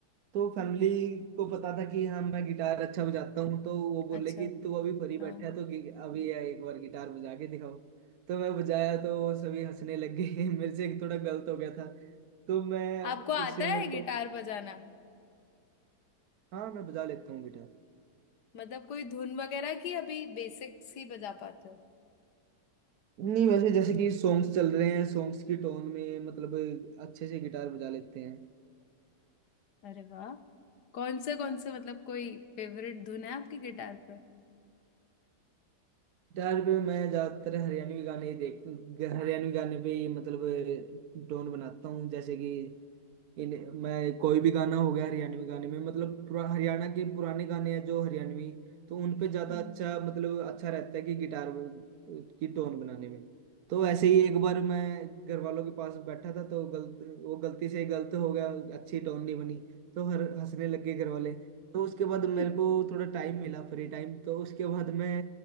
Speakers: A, on the right (about 65°); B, on the left (about 70°).
A: तो फैमिली को पता था कि हाँ मैं गिटार अच्छा बजाता हूँ तो वो बोले
B: अच्छा
A: कि तू अभी फ्री बैठा
B: हाँ
A: है तो गि- अभी ये एक बार गिटार बजा के दिखाओ तो मैं बजाया तो वो सभी हंसने लग गए <laughs> मेरे से एक थोड़ा गलत हो गया था तो मैं
B: आपको आता
A: उससे मेरे
B: है गिटार
A: को
B: बजाना
A: हाँ मैं बजा लेता हूँ गिटार
B: मतलब कोई धुन वगैरह की अभी बेसिक्स ही बजा पाते हो
A: नहीं वैसे जैसे कि सॉन्ग्स चल रहे हैं सॉन्ग्स की टोन में मतलब अच्छे से गिटार बजा लेते हैं
B: अरे वाह कौन से कौन से मतलब कोई फेवरेट धुन है आपकी गिटार पे
A: डर पे मैं ज्यादातर हरियाणवी गाने ही देख हरियाणवी गाने पे ही मतलब टोन बनाता हूँ जैसे कि इन मैं कोई भी गाना हो गया हरियाणवी गाने में मतलब पुरा- हरियाणा के पुराने गाने हैं जो हरियाणवी तो उन पे ज्यादा
B: हम्म
A: अच्छा मतलब अच्छा रहता है कि गिटार वो- की टोन बनाने में तो ऐसे ही एक बार मैं घर वालों के पास बैठा था तो गलत वो गलती से गलत हो गया अच्छी टोन नहीं बनी तो हर हंसने लग गए घर वाले तो उसके बाद
B: <laughs>
A: मेरे को थोड़ा टाइम मिला फ्री टाइम तो उसके बाद मैं